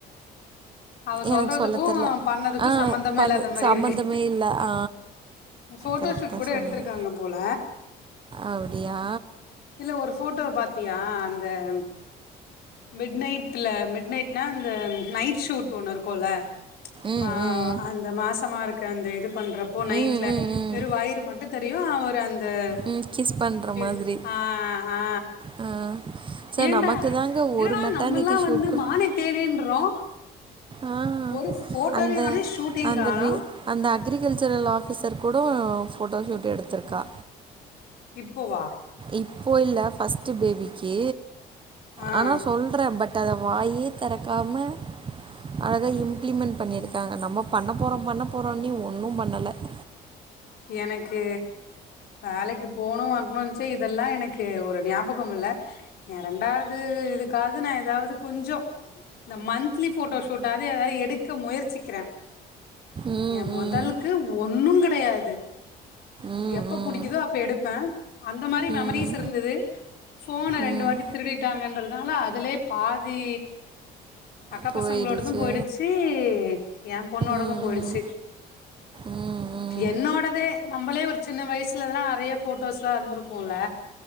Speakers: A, on the left; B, on the right.
A: அவ சொல்றதுக்கு
B: எனக்கு சொல்ல தெரில
A: பண்ணதுக்கு
B: ஆ
A: சம்பந்தமே
B: பண்ணு
A: இல்லாத மாரி
B: சம்மந்தமே
A: இருக்கு
B: இல்லை ஆ
A: ஃபோட்டோஷூட்
B: கரெக்டாக
A: கூட
B: சொன்னீங்க
A: எடுத்திருக்காங்க போல
B: அப்படியா
A: இல்ல ஒரு ஃபோட்டோவ பாத்தியா அந்த ம் மிட் நைட்ல மிட் நைட்னா இந்த நைட் ஷூட் ஒன்னு இருக்கோல
B: ம்
A: மா
B: ம்
A: அந்த மாசமா இருக்க அந்த இது பண்றப்போ நைட்ல
B: ம் ம் ம்
A: வெறு வயிறு மட்டு தெரியு அவரு அந் அ
B: ம் கிஸ் பண்ணுற மாதிரி
A: ஸ் ஆ ஆ
B: ஆ. சார்
A: ஏண்டா
B: நமக்கு தாங்க
A: என்னடா
B: ஒரு மெட்டர்னிட்டி
A: நம்மல்லாம்
B: ஷூட்
A: வந்து
B: கூட
A: மானே தேனேன்றோ
B: ஆ
A: ஒரு போட்டோவையு
B: அந்த
A: காணோ ஷூட்டையு
B: அந்த
A: காணோ
B: வி அந்த அக்ரிகல்ச்சரல் ஆஃபிசர் கூட ஃபோட்டோ ஷூட் எடுத்துருக்கா
A: இப்போவா
B: இப்போ இல்ல ஃபர்ஸ்ட் பேபிக்கு
A: ஆ
B: ஆனா சொல்றே பட் பட் அத வாயே தெறக்காம அத இம்பிளிமென்ட் பண்ணியிருக்காங்க நம்ம பண்ண போறோ பண்ண போறோ இன்னியு ஒன்னு பண்ணல <inaudible>
A: எனக்கு வேலைக்கு போணு வரணோன்சே இதெல்லா எனக்கு ஒரு ஞாபகம் இல்ல எயா ரெண்டாவது இதுக்காது நான் ஏதாவது கொஞ்சோ இந்த மந்த்லி போட்டோ ஷூடாது ஏதாது எடுக்க முயற்சிக்கிறே
B: ம்.
A: எயி மொதல்கு
B: ம்.
A: ஒன்னு கெடையாது
B: ம்.
A: எப்ப
B: ம்.
A: புடிக்கிதோ அப்ப எடுப்பே அந்த மாரி மெமரிஸ்
B: ம்.
A: இருந்தது ஃபோன ரெண்டு
B: ம்.
A: வாட்டி திருடிட்டாங்கன்றதுனால அதுலயே பாதி அக்கா
B: போயிடுச்சு.
A: பசங்களோடதும் போயிடுச்சு என் பொண்ணோடதும்
B: ம்.
A: போயிடுச்சு
B: ம். ம். ம்.
A: என்னோட நம்மளே ஒரு சின்ன வயசுலல்லா நிறைய போட்டோஸ்லா இருந்திருக்குல்ல